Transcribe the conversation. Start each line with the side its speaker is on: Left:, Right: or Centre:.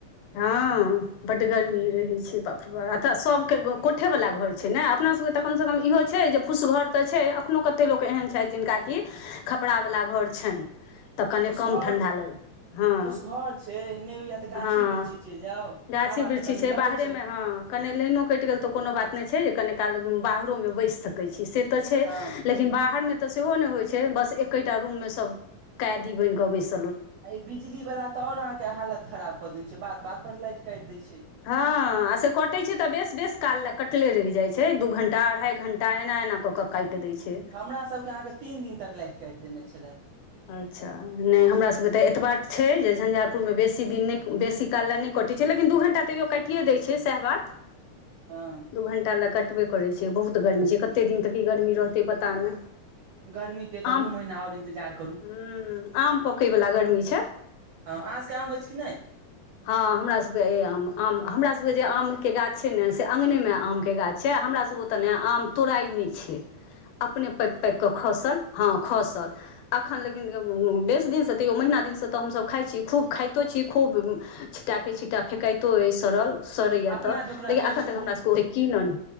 Left: हँ बड्ड गर्मी रहैत छै बाप रे बा सब के कोठे वाला घर छै ने अपना सब के तऽ कम से कम इहो छै जे फूस घर तऽ छै अखनो कते लोक एहन छथि जिनका की खपड़ि वाला घर छैन तऽ कनी
Right: फुसघर
Left: कम ठण्डा लगैत हँ
Right: फुसघर छै नहि होइया तऽ गाछी
Left: हँ
Right: वृक्षी चलि जाउ
Left: गाछी
Right: हवा
Left: बिृक्षी
Right: तऽ कनि
Left: छै
Right: लगै
Left: बाहरेमे हँ कने लाइनो कटि कइट गेल तऽ कोनो बात नहि छै जे कनि काल बाहरोमे बैस सकै छी से तऽ छै
Right: हँ
Left: लेकिन बाहरमे तँ सेहो नहि होइ छै बस एकेटा रूममे सभ कैदी बनि कऽ बैस
Right: आ ई बिजली बाला तऽ आओर अहाँके हालत खराब कऽ दैत छै बात-बात पर लाइट काटि दैय छै
Left: हँ आ से कटै छै तऽ बेस-बेस काल ले कटले रहि जाय छै दू घंटा अढ़ाई घंटा एना-एना कऽ कऽ काटि दै छै
Right: हमरा सभकेँ अहाँके तीन दिन तक लाइट काटि देने छलै
Left: अच्छा नहि हमरा सभकेँ तऽ एतबा तऽ छै जे झन्झार पुरमे बेसी दिन नहि बेसी काल लए नहि कटै छै लेकिन दू घण्टा तैयो काटिए दैय छै सएह बात
Right: हँ
Left: दू घंण्टा लए कटबे करैत छै बहुत गर्मी छै कतेक दिन तक ई गर्मी रहतै पता नहि
Right: गर्मी के तऽ
Left: आम
Right: दू महीना आओर इन्तजार करू
Left: हुँ आम पकै बला गर्मी छै
Right: हँ अहाँ सबके आम अछि कि नहि
Left: हँ हमरा सभकेँ अए आम हमरा सभकेँ जे आमके गाछ छै ने से आंगनेमे आमके गाछ छै आ हमरा सब ओतए ने आम तोराय नहि छै अपने पाकि-पाकि कऽ खसल हँ खसल अखन ल उँ बेस दिनसँ तैयो महिना दिनसँ तऽ हमसब खाइ छी खूब खाइतो छी खूब छिट्टाके-छिट्टा फेकाइतो अछि सड़ल सड़ैय
Right: अपना
Left: तऽ
Right: जोकरा
Left: लेकिन
Right: अछि
Left: अख अखन तक
Right: खूब
Left: हमरा सबके कीन नै